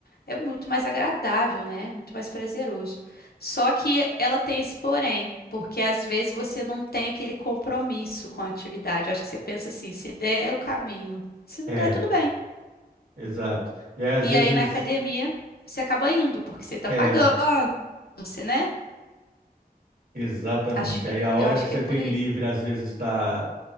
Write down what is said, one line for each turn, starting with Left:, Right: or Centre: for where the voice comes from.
Left: É muito mais agradável, né? Muito mais prazeroso. Só que ela tem esse porém, porque às vezes você não tem aquele compromisso com a atividade. Eu acho que você pensa assim, se der é o caminho, se não
Right: É,
Left: der, tudo bem.
Right: exato. E aí, às
Left: E
Right: vezes,
Left: aí na academia você acaba indo, porque você tá
Right: é,
Left: pagando, você, né?
Right: exatamente.
Left: Acho que
Right: Aí a hora
Left: eu acho
Right: que você
Left: que é por
Right: tem
Left: aí.
Right: livre, às vezes está